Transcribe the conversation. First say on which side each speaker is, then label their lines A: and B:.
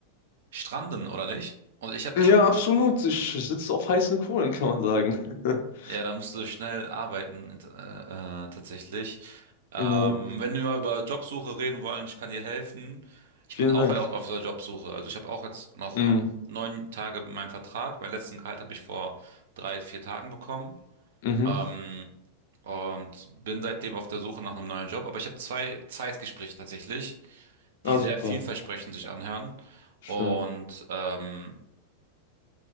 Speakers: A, on the right (about 55°); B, on the left (about 55°).
A: stranden, oder nicht? Und ich habe
B: Ja,
A: ich hab
B: absolut. Ich sitze auf heißen Kohlen, kann man sagen. <laughs>
A: Ja, da musst du schnell arbeiten, int- äh, äh, tatsächlich. Ähm,
B: Ja,
A: wenn wir mal über Jobsuche reden wollen, ich kann dir helfen. Ich
B: vielen
A: bin auch
B: Dank.
A: auf auf der Jobsuche. Also ich habe auch jetzt noch
B: Mm,
A: ähm, neun Tage in meinem Vertrag. Meinen letzten Gehalt habe ich vor drei, vier Tagen bekommen.
B: mhm.
A: Ähm, und bin seitdem auf der Suche nach einem neuen Job. Aber ich habe zwei Zeitgespräche tatsächlich,
B: Ah,
A: die sehr
B: super.
A: vielversprechend sich anhören.
B: Schön.
A: Und ähm,